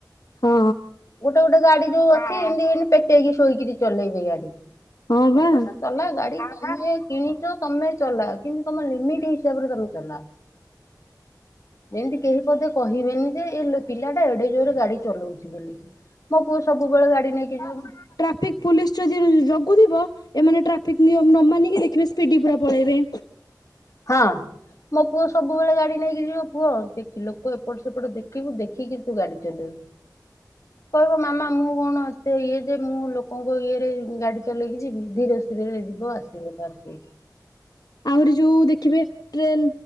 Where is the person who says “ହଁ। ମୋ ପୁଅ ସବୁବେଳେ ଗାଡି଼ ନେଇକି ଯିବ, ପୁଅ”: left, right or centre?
Left